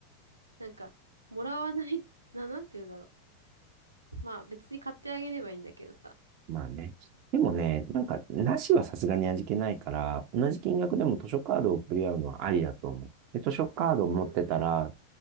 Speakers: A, on the right (about 80°); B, on the right (about 40°).
A: なんか、もらわない、<laughs> な、なんて言うんだろう。まあ、別に買ってあげればいいんだけどさ。
B: まあね。でもね、なんか、なしはさすがに味気ないから、同じ金額でも図書カードを送り合うのはありだと思う。で、図書カードを持ってたら、
A: まあ、うんうん。